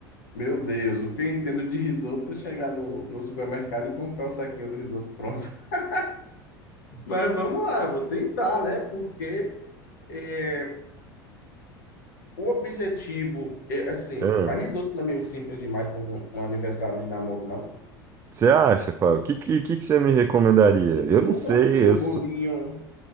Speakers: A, on the left; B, on the right.
A: Meu Deus, o que eu entendo de risoto é chegar no, no supermercado e comprar o saquinho do risoto pronto. <laughs> Mas vamos lá, vou tentar, né? Porque é, o objetivo, é, assim,
B: <laughs>
A: mas risoto não é meio simples demais para um, um aniversário de namoro, não.
B: Você acha, Fábio? O que, que, que que você me recomendaria?
A: Tem
B: Eu
A: que ter
B: não
A: um
B: sei,
A: docinho,
B: eu
A: um
B: sou
A: bolinho,